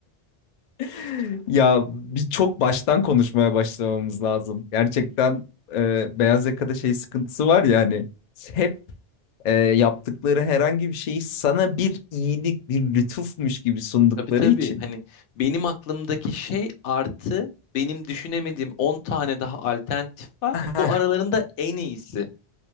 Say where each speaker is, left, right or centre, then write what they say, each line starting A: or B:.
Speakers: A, on the left; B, on the left.
A: <laughs> ya bir çok baştan konuşmaya başlamamız lazım. Gerçekten e, beyaz yakada şey sıkıntısı var ya hani hep e, yaptıkları herhangi bir şeyi sana bir iyilik, bir lütufmuş gibi sundukları
B: Tabii tabii.
A: için.
B: Hani benim aklımdaki şey artı benim düşünemediğim 10 tane daha alternatif var.
A: <laughs>
B: Bu aralarında en iyisi.